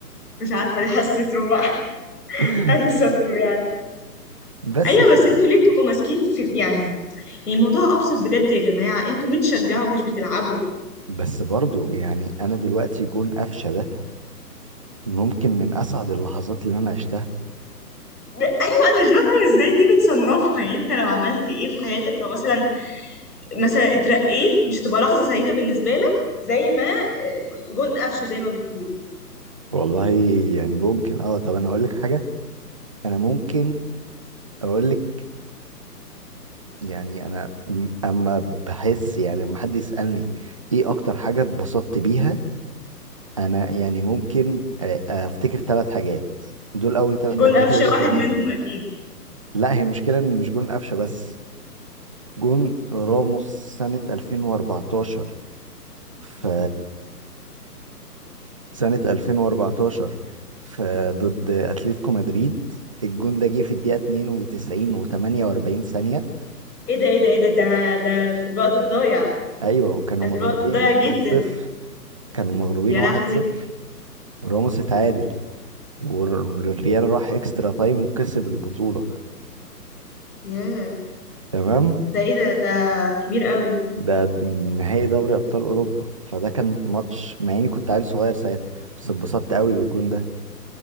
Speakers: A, on the left; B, on the right.
A: مش عارفة ليه حسيت ربع <laughs>
B: <laughs>
A: انسب له يعني
B: بس
A: ايوه
B: ف...
A: بس انتوا ليه بتبقوا ماسكين في يعني يعني الموضوع ابسط بجد يا جماعه انتوا بتشجعوا مش بتلعبوا
B: بس برضو يعني أنا دلوقتي جون قفشة ده ممكن من أسعد اللحظات اللي أنا عشتها
A: ب- ايوه انا مش بفهم ازاي دي بتصنفها يعني انت لو عملت ايه في حياتك لو مثلا مثلا اترقيت مش هتبقى لحظه سعيده بالنسبه لك زي ما آه، جون قفشه زي ما بتقول
B: والله يعني ممكن اه طب أنا أقول لك حاجة أنا ممكن أقول لك يعني انا م- اما بحس يعني لما حد يسالني ايه اكتر حاجه اتبسطت بيها انا يعني ممكن آه، افتكر ثلاث حاجات دول اول ثلاث
A: جون
B: حاجات
A: قفشه
B: هيجوا
A: واحد
B: في دماغي
A: منهم اكيد
B: لا هي المشكله ان مش جون قفشه بس جون راموس سنه 2014 ف سنه 2014 ف ضد اتلتيكو مدريد الجون ده جه في الدقيقه 92 و48 ثانيه
A: ايه ده ايه ده ايه ده ده ده في الوقت الضايع
B: ايوه وكانوا
A: ده في
B: مغلوبين
A: الوقت الضايع جدا
B: 1-0 كانوا مغلوبين
A: يا
B: 1-0
A: لهوي
B: راموس اتعادل والر- والريال راح اكسترا تايم وكسب البطولة
A: ياه
B: تمام
A: ده ايه ده ده كبير قوي
B: ده نهائي دوري ابطال اوروبا فده كان ماتش مع اني كنت عيل صغير ساعتها بس اتبسطت قوي بالجون ده